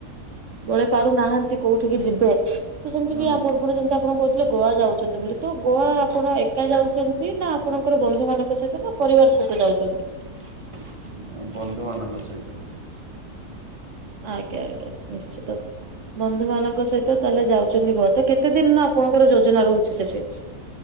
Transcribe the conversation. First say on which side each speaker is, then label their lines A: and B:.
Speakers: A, on the right; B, on the right.
A: ବଳେଇ ପାରୁନାହାନ୍ତି କୋଉଠିକି ଯିବେ, ତ ସେମିତି
B: ହୁଁ
A: କିି ୟା ପୂର୍ବରୁ ଯେମିତି ଆପଣ କହିଥିଲେ। ଗୋଆ ଯାଉଛନ୍ତି ବୋଲି ତ ଗୋଆ ଆପଣ ଏକା ଯାଉଛନ୍ତି ନା ଆପଣଙ୍କର ବନ୍ଧୁ ମାନଙ୍କ ସହିତ। ନା ପରିବାର ସହିତ ଯାଉଛନ୍ତି।
B: <unintelligible> ନାଇଁ ବନ୍ଧୁମାନଙ୍କ ସହିତ।
A: ଆଜ୍ଞା ଆଜ୍ଞା ନିଶ୍ଚିତ। ବନ୍ଧୁ ମାନଙ୍କ ସହିତ ତାହେଲେ ଯାଉଛନ୍ତି ଗୋଆ ତ କେତେ ଦିନର ଆପଣଙ୍କର ଯୋଜନା ରହୁଛି ସେଠି।